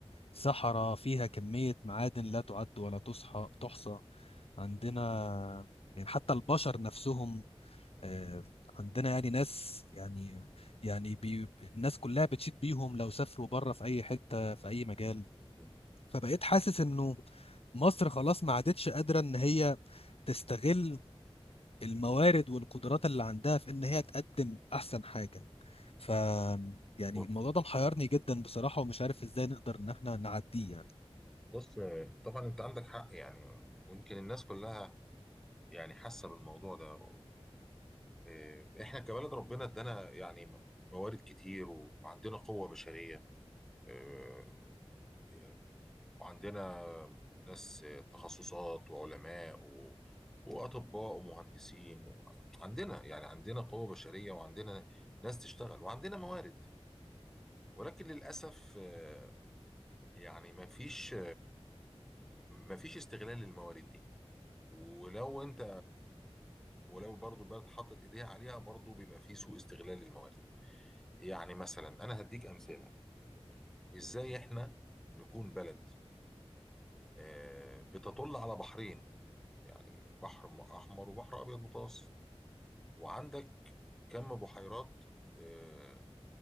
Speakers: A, on the left; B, in the centre.
A: صحراء فيها كمية معادن لا تعد ولا تصحى تحصى عندنا يعني حتى البشر نفسهم آه، عندنا يعني ناس يعني يعني بي الناس كلها بتشيد بيهم لو سافروا بره في أي حتة في أي مجال
B: مم.
A: فبقيت حاسس إنه مصر خلاص ما عادتش قادرة إن هي تستغل الموارد والقدرات اللي عندها في ان هي تقدم احسن حاجه ف يعني
B: بص
A: الموضوع ده محيرني جدا بصراحه ومش عارف ازاي نقدر ان احنا نعديه يعني
B: بص طبعا انت عندك حق يعني ويمكن الناس كلها يعني حاسه بالموضوع ده إيه، احنا كبلد ربنا ادانا يعني موارد كتير و- وعندنا قوه بشريه إيه، إيه، وعندنا ناس تخصصات وعلماء و- واطباء ومهندسين و... عندنا يعني عندنا قوه بشريه وعندنا ناس تشتغل وعندنا موارد ولكن للاسف آه، يعني ما فيش مفيش استغلال للموارد دي ولو انت ولو برضو البلد حطت ايديها عليها برضو بيبقى في سوء استغلال للموارد يعني مثلا انا هديك امثله ازاي احنا نكون بلد آه، بتطل على بحرين يعني بحر م- احمر وبحر ابيض متوسط وعندك كم بحيرات آه،